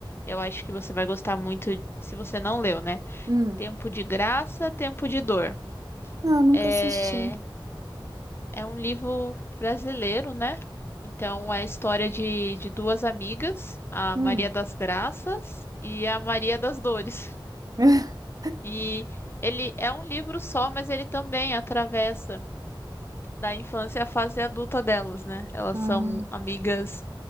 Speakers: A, on the left; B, on the right.
A: eu acho que você vai gostar muito se você não leu, né?
B: Hum,
A: Tempo de Graça, Tempo de Dor.
B: não, nunca
A: É,
B: assisti.
A: É um livro brasileiro, né? Então, é a história de, de duas amigas, a
B: Hum.
A: Maria das Graças e a Maria das Dores.
B: <laughs>
A: E ele é um livro só, mas ele também atravessa da infância à fase adulta delas, né? Elas
B: Ah.
A: são amigas,